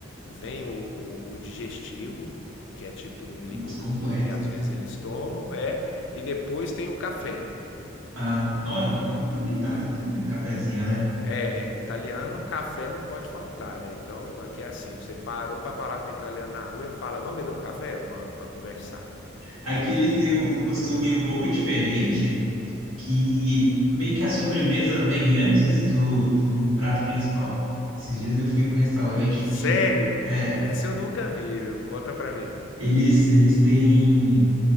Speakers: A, on the left; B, on the right.
A: vem o, o, o digestivo, que é tipo um
B: Putz,
A: licorzinho
B: Completo.
A: que às vezes eles tomam, é. E depois tem o café.
B: Ah, na hora que para complementar, tem que ter um cafezinho, né?
A: É, italiano, café não pode faltar, né. Então, aqui é assim, você parou pra falar com um italiano na rua, ele fala: "Vamos beber um café?". "Vamos", pra conversar.
B: Aqui eles têm um costume um pouco diferente. que meio que a sobremesa vem antes do, do prato principal. Esses dias eu fui em um restaurante,
A: "Sério?".
B: ti- é,
A: Essa eu nunca vi, viu. Conta pra mim.
B: eles, eles têm,